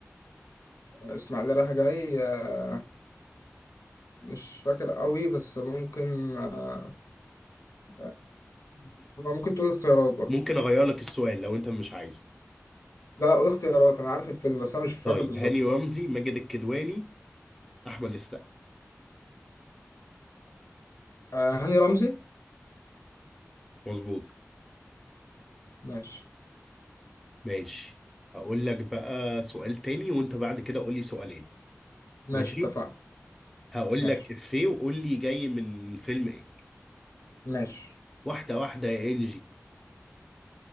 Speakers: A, on the left; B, in the centre.
A: اسماعيلية رايح جاي آه مش فاكر قوي بس ممكن آه آه، ممكن تقول اختيارات برضه
B: ممكن اغير لك السؤال لو انت مش عايزه
A: لا لا قول اختيارات أنا عارف الفيلم بس أنا مش فاكر
B: طيب
A: بالظبط
B: هاني رمزي ماجد الكدواني احمد السقا
A: آه هاني رمزي
B: مظبوط
A: ماشي
B: ماشي هقول لك بقى سؤال تاني وانت بعد كده قول لي سؤالين
A: ماشي
B: ماشي
A: اتفقنا
B: هقول
A: ماشي
B: لك افيه وقول لي جاي من فيلم ايه
A: ماشي
B: واحده واحده يا انجي